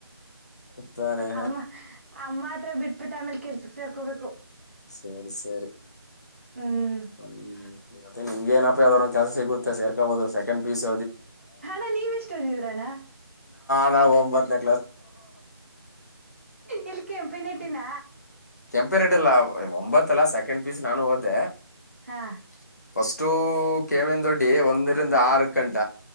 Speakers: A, on the left (about 40°); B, on the right (about 30°).
A: ತಾನೆ
B: ಅಮ್ಮ ಅಮ್ಮ ಹತ್ರ ಬಿಟ್ಬಿಟ್ಟ ಆಮೇಲೆ ಕೆರ್ಸ ಸರ್ಕೋಬೇಕ
A: ಸರಿ ಸರಿ
B: ಹ್ಮ್
A: ಹ್ಮ ಮತ್ತೆ ನಿಮ್ಗೆ ಏನಪ್ಪ ಅದ್ರೊಂದು ಕೆಸ ಸಿಗುತ್ತೆ ಸರ್ಕಬಹದು ಸೆಕಂಡ್ ಪೀಸ್
B: ಹಣ ನೀವೆ ಎಷ್ಟ ಹದಿದ್ರಣ್ಣ
A: ಹಾ ಒಂಬತ್ ನಿ
B: ಇಲ್ ಕೆಂಪಿನ ಇಟ್ಟಿನ
A: ಪೆಡ ಲಾವ್ ಒಂಬತ್ತು ಸೆಕೆಂಡ್ ಪೀಸ್ ನಾನು ಹೋದೆೆ
B: ಹಾ
A: ಸ್ ಅಷ್ಟು ಕೇವಿನ ದೊಡ್ಡಿ ಒಂದರಿಂದ ಆರ್ ಗಂಟ